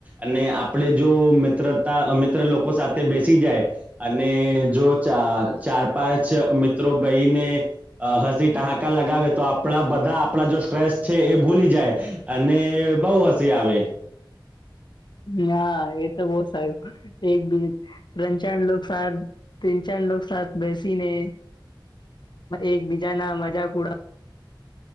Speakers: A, on the right; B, on the left.
A: અને આપડે જો મિત્રતા મિત્ર લોકો સાથે બેસી જાય અને જો ચ ચાર પાંચ મિત્રો બહીને હસી ઠહાકા લગાવે તો આપણા બધા આપણા જો સ્ટ્રેસ છે એ ભૂલી જાય અને બઉ હસી આવે
B: ના એ તો બહુ સારું એક બિજ ત્રણ ચાર લોકો સાથે તિન ચાર લોકો સાથ બેસીને એકબીજા ના મજાક ઉડા